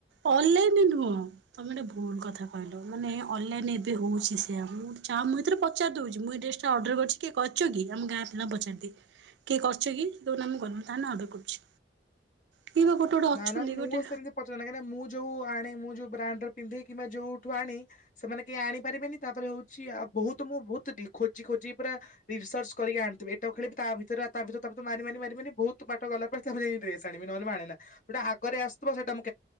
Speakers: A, on the right; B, on the left.
A: ଅନଲାଇନରେ ନୁହଁ ତମେ ଗୋଟେ ଭଲ କଥା କହିଲ ମାନେ ଅନଲାଇନ ଏବେ ହଉଛି ସେୟଆ ମୁଁ ଚା ମୁଁ ଏରେ ପଚି ଦଉଛି ମୁଁ ଏ ଡ୍ରେସଟା ଅର୍ଡର କରିଛି କିଏ କରିଛ କି ଆମ ଗାଁ ପିଲା ପଚାରିଦି କିଏ କରିଛ କି ତାହନେ ଅଡର୍ର କରୁଛି। କିଏ ବା ଗୋଟେ ଗୋଟେ ଅଛନ୍ତି
B: ନା ନା ମୂ
A: ଗୋଟେ
B: ସେମିତି ପଚ ମୁଁ ଯୋଉ ଆଣେ ମୁଁ ଯୋଉ ବ୍ରାଣ୍ଡରେ ପିନ୍ଧି କିମ୍ବା ଯୋଉଠୁ ଆଣେ ସେମାନେ କେହି ଆଣିପାରିବେନି ତାପରେ ହଉଛିଉ ବହୁତ ମୁଁ ବହୁତ ଖୋଜି ଖୋଜି ପୁରା ରିସର୍ଚ କରିକି ଆଣିଥିବି ଏଇଟା ଖେଳିବ ତା ଭିତରେ ତା ଭିତରେ ତାପରେ ମାରି ମାରି ମାରିବନି ବହୁତ ବାଟ ଗଲା ପରେ ତା ଯି ଡ୍ରେସ ଆଣିବି ନହେଲେ ଆଣେ ନା। ସେଉଟା ଆଗରେ ଆସିବ ସେଟା ମୁଁ